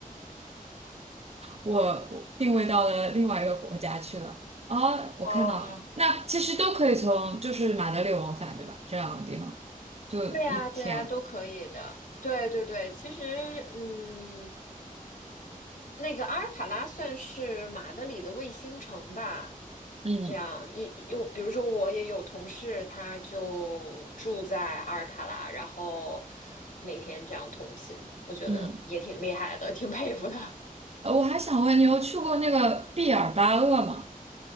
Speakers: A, on the right; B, on the left.
A: 我定位到了另外一个国家去了。哦，我看到了，
B: 哦，
A: 那其实都可以从就是马德里往返，对吧？这两个地方就一天。
B: 对呀，对呀，都可以的。对对对，其实，嗯，那个阿尔卡拉算是马德里的卫星城吧，
A: 嗯
B: 就这样。一又比如说，我也有同事，他就住在阿尔卡拉，然后每天这样通勤，我觉得也挺厉害的，
A: 嗯，
B: 挺佩服的。
A: 呃我还想问你，有去过那个毕尔巴鄂吗？